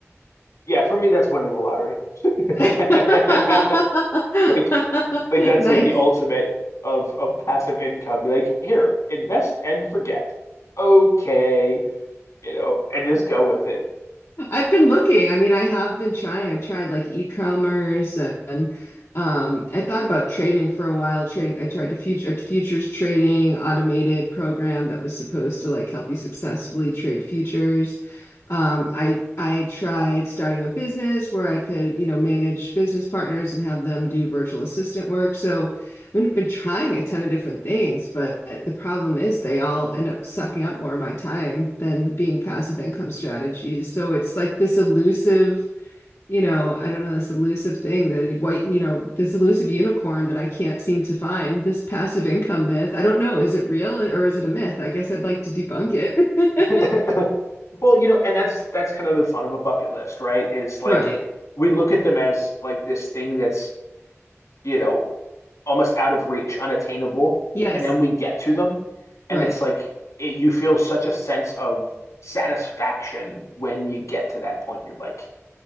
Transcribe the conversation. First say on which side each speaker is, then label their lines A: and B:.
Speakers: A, on the left; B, on the left.
A: Yeah, for me that's winning the lottery. <laughs>
B: <laughs>
A: Like Like that's
B: Nice.
A: like the ultimate of of passive income. Be like, here, invest and forget. Okay, you know, and just go with it.
B: I've been looking. I mean, I have been trying. I tried like e-commerce and um, I thought about trading for a while. Trading, I tried to future futures trading automated program that was supposed to like help you successfully trade futures. Um, I I tried starting a business where I could, you know, manage business partners and have them do virtual assistant work. So I mean, I've been trying a ton of different things, but the problem is they all end up sucking up more of my time than being passive income strategies. So it's like this elusive, you know, I don't know, this elusive thing that white, you know, this elusive unicorn that I can't seem to find, this passive income myth. I don't know, is it real or is it a myth? I guess I'd like to debunk it.
A: <laughs>
B: <laughs>
A: Well, you know, and that's that's kind of the fun of a bucket list, right? Is like
B: Right.
A: we look at them as like this thing that's, you know, almost out of reach, unattainable,
B: Yes.
A: and then we get to them, and
B: Right.
A: it's like it, you feel such a sense of satisfaction when you get to that point. You're like,